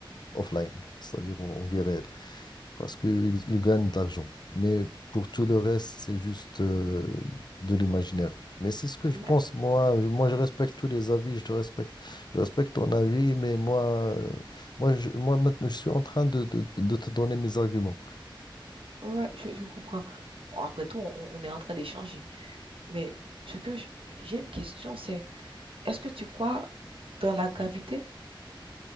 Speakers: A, on the left (about 55°); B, on the right (about 85°).
A: offline, c'est-à-dire en en vie réelle parce qu'ils ils gagnent de l'argent. Mais pour tout le reste, c'est juste euh, de l'imaginaire. Mais c'est ce que je
B: Mais-
A: pense, moi. Je- Moi, je
B: Mhm.
A: respecte tous les avis, je te respecte, je respecte ton avis, mais moi, euh, moi, je, moi maintenant, je suis en train de, de- de te donner mes arguments.
B: Ouais, ouais, je, je comprends. Bon, Après tout, on, on est en train d'échanger. Mais ce que j- j'ai une question, c'est est-ce que tu crois dans la gravité?